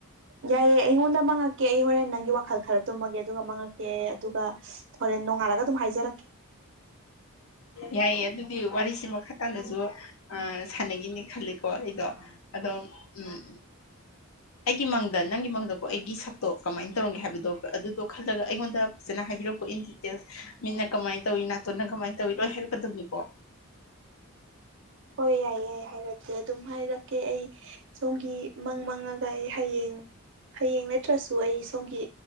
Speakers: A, on the right; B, on the left.
A: ꯌꯥꯏꯑꯦ ꯑꯩꯉꯣꯟꯗ ꯃꯥꯡꯉꯛꯀꯦ ꯑꯩ ꯍꯣꯔꯦꯟ ꯅꯪꯒꯤ ꯋꯥꯈꯜ ꯈꯔ ꯇꯨꯝꯃꯒꯦ ꯑꯗꯨꯒ ꯃꯥꯡꯉꯛꯀꯦ ꯑꯗꯨꯒ ꯍꯣꯔꯦꯟ ꯅꯣꯡꯉꯥꯜꯂꯒ ꯑꯗꯨꯝ ꯍꯥꯏꯖꯔꯛꯀꯦ
B: ꯌꯥꯏꯌꯦ ꯑꯗꯨꯗꯤ ꯋꯥꯔꯤꯁꯦ ꯃꯈꯥ ꯇꯥꯅꯁꯨ ꯑ ꯁꯥꯟꯅꯈꯤꯅꯤꯒ ꯈꯜꯂꯤꯀꯣ ꯑꯩꯗꯣ ꯑꯗꯣ ꯎꯝ ꯑꯩꯒꯤ ꯃꯪꯗ ꯅꯪꯒꯤ ꯃꯪꯗꯀꯣ ꯑꯩꯒꯤ ꯁꯛꯇꯣ ꯀꯃꯥꯏꯅ ꯇꯧꯔꯝꯒꯦ ꯍꯥꯏꯕꯗꯣ ꯑꯗꯨꯗꯣ ꯈꯜꯂꯒ ꯑꯩꯉꯣꯟꯗ ꯐꯖꯅ ꯍꯥꯏꯕꯤꯔꯛꯎꯀꯣ ꯏꯟ ꯗꯤꯇꯦꯜꯁ ꯃꯤꯠꯅ ꯀꯃꯥꯏꯟ ꯇꯧꯏ ꯅꯥꯇꯣꯟꯅ ꯀꯃꯥꯏꯟ ꯇꯧꯏ ꯂꯣꯏ ꯍꯥꯏꯔꯛꯀꯗꯕꯅꯤꯀꯣ
A: ꯍꯣꯏ ꯌꯥꯏ ꯌꯥꯏ ꯍꯥꯏꯔꯛꯀꯦ ꯑꯗꯨꯝ ꯍꯥꯏꯔꯛꯀꯦ ꯑꯩ ꯁꯣꯝꯒꯤ ꯃꯪ ꯃꯪꯉꯒ ꯑꯩ ꯍꯌꯦꯡ ꯍꯌꯦꯡ ꯅꯠꯇ꯭ꯔꯁꯨ ꯑꯩ ꯁꯣꯝꯒꯤ